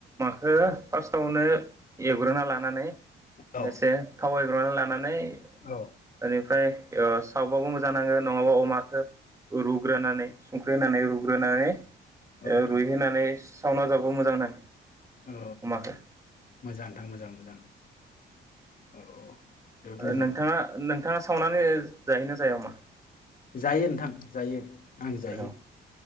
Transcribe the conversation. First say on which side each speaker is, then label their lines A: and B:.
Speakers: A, on the right; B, on the left.
A: हो फार्स्टआवनो एवग्रोना लानानै
B: औ
A: एसे थावाय <unintelligible> लानानै
B: औ
A: आरो ओमफ्राय ओ सावबाबो मोजां नाङो नङाबा अमाखो रुग्रोनानै सुंख्रै होनानै रुग्रोनानै ओ
B: औ नोंथां
A: रुइहो नानै सावना जाबा बो मोजां नाङो
B: औ
A: अमाखो
B: मोजां नोंथां मोजां मोजां औ औ जोबोद
A: ओ
B: मोजां
A: नोंथाङा नों नोंथाङा सावनानै जायोना जाया अमा
B: जायो नोंथां जायो आं जायो
A: औ